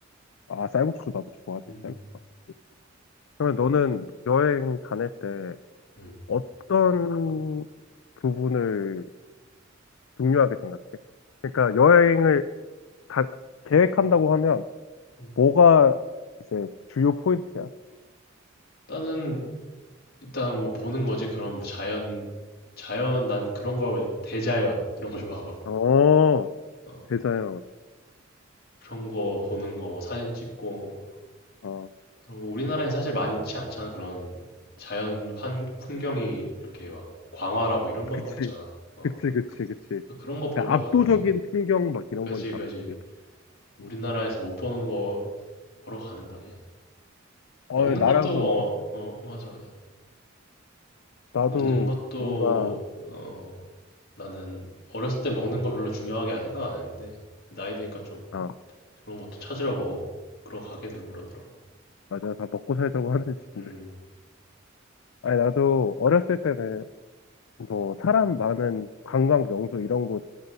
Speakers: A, on the left; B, on the left.
A: 아, 쌀국수 나도 좋아하지,
B: 음,
A: 쌀국수. 맛있지. 그러면 너는 여행 다닐 때
B: 음.
A: 어떤 부분을 중요하게 생각해? 그러니까 여행을 다 계획한다고 하면
B: 음.
A: 뭐가 이제 주요 포인트야?
B: 나는 일단 뭐 보는 거지. 그런 뭐 자연, 자연, 난 그런 걸, 대자연, 이런 거 좋아하거든.
A: 어,
B: 어,
A: 대자연.
B: 그런 거 보는 거뭐 사진 찍고,
A: 어,
B: 그런 거 우리나라엔 사실 많지 않잖아. 그런 자연 환, 풍경이 이렇게 막 광활하고 이런 건
A: 그치.
B: 없잖아. 어.
A: 그치, 그치, 그치.
B: 그- 그런 거 보러
A: 그러니까 압도적인
B: 가는 거지.
A: 풍경 막 이런
B: 그지,
A: 건 잘
B: 그지.
A: 없지.
B: 우리나라에서
A: 음.
B: 못 보는 거 보러 가는 거지.
A: 어,
B: 먹는
A: 나랑
B: 것도, 어,
A: 좀 비슷,
B: 어, 맞아, 맞아.
A: 나도
B: 먹는 것도,
A: 뭔가,
B: 어, 나는 어렸을 때 먹는 거 별로 중요하게 생각 안 했는데, 나이 드니까 좀
A: 아,
B: 그런 것도 찾으러 먹어, 그러 가게 되고 그러더라고.
A: 맞아. 다 먹고 살자고
B: 음,
A: 하는 짓인데.
B: 음,
A: 아니, 나도 어렸을 때는 뭐 사람 많은 관광 명소 이런 곳